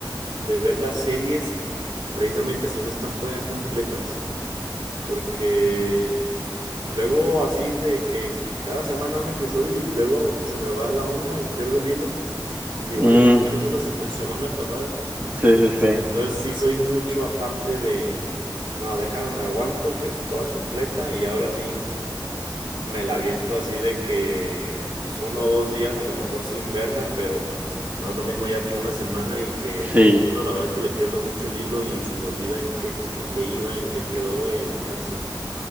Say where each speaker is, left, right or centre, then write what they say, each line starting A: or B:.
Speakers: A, on the right; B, on the right.
A: de ver las series precisamente si no están todavía completas, porque... Luego así de que cada semana un episodio y luego se me va la onda y pierdo el hilo. Y digo,
B: Mm,
A: ay, güey, ¿qué pasó la, se- <laughs> la semana pasada?
B: sí, sí, sí,
A: Entonces sí soy mucho aparte de, no, déjame, me aguanto, que esté toda completa y ahora sí me la aviento así de que, pues uno o dos días a lo mejor sin verla, pero no es lo mismo ya que una semana y que
B: sí.
A: sí, sí, no, la verdad que le pierdo mucho el hilo y se me olvida en qué, en qué iba, en qué quedó y demás. Y